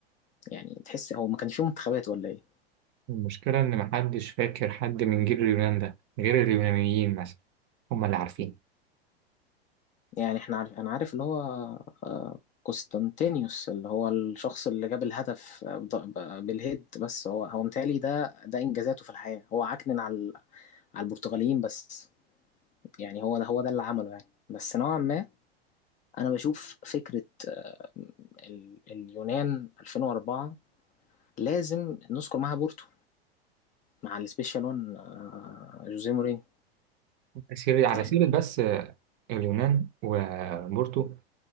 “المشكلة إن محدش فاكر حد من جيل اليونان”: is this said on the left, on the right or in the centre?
Right